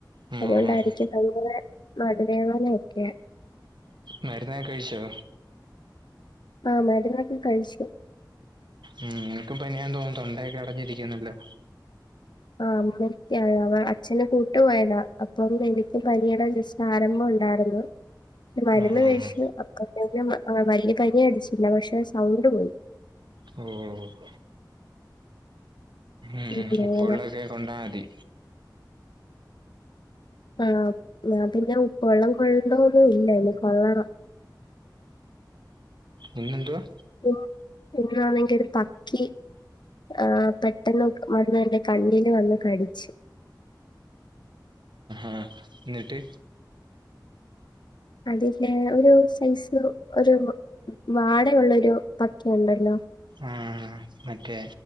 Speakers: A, on the right; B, on the left.
A: ഉം
B: അതുകൊണ്ടായിരിക്കും
A: ഉം ഉം
B: ഭയങ്കര നടുവേദനയൊക്കെ
A: മരുന്നക്കെ കഴിച്ചോ
B: ആ മരുന്നൊക്കെ കഴിച്ചു
A: ഉം നിനക്കും പനിയാന്ന് തോന്നുന്നു തൊണ്ടയൊക്കെ അടഞ്ഞിരിക്കുന്നുല്ലോ
B: ആ അമ്മക്ക് അവ അച്ഛന കൂട്ട് പോയതാ അപ്പം എനിക്കും പനിയടെ ജസ്റ്റ് ആരംഭം ഉണ്ടായിരുന്നു പക്ഷെ മരുന്ന്
A: ആഹ് ആഹ്
B: കഴിച്ചു അപ്പ വലിയ പനി അടിച്ചില്ല പക്ഷെ സൗണ്ട് പോയി
A: ഹോ ഹോ ഉ
B: ഉം
A: ഉപ്പ്‌
B: അങ്ങനെ
A: വെള്ളൊക്കെ കൊണ്ടാൽ മതി
B: ആ ഞാൻ പിന്നെ ഉപ്പ് വെള്ളം കൊള്ളണ്ടൊന്നും ഇല്ല ഇനി കൊള്ളണം
A: ഇന്നെന്തുവാ
B: <inaudible> ഇന്നാണെങ്കിൽ ഒരു പക്കി ആ പെട്ടെന്ന് വന്ന് എന്റെ കണ്ണില് വന്ന് കടിച്ചു
A: ആ എന്നിട്ട്
B: അതിന്റെ ഒരു സൈസ് ഒരു വാടയുള്ളൊരു പക്കിയുണ്ടല്ലോ
A: ആഹ് മറ്റേ